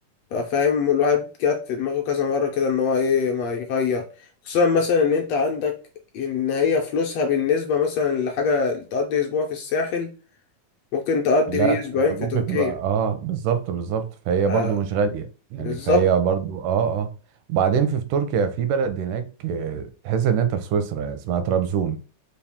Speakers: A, on the left (about 75°); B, on the right (about 85°).
A: فاهم الواحد جات في دماغه كذا مرة كده إن هو إيه ما يغير خصوصا مثلا إن أنت عندك إن هي فلوسها بالنسبة مثلا لحاجة تقضي أسبوع في الساحل ممكن تقضي
B: لا
A: بيه أسبوعين
B: آه، ممكن
A: في تركيا
B: تبقى اه بالظبط بالظبط فهي
A: آه،
B: برضو مش غالية يعني
A: بالظبط
B: فهي برضو اه اه وبعدين في في تركيا في بلد هناك آه، تحس ان انت في سويسرا اسمها طرابزون